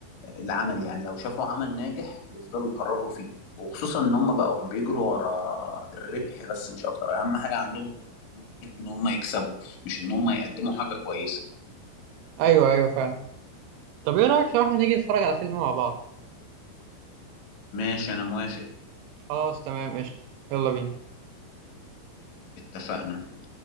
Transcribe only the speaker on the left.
العمل يعني لو شافوا عمل ناجح بيفضلوا يكرروا فيه وخصوصا ان هم بقوا بيجروا ورا الربح بس مش اكتر اهم حاجة عندهم ان هم يكسبوا مش ان هم يقدموا حاجة كويسة
ماشي انا موافق
اتفقنا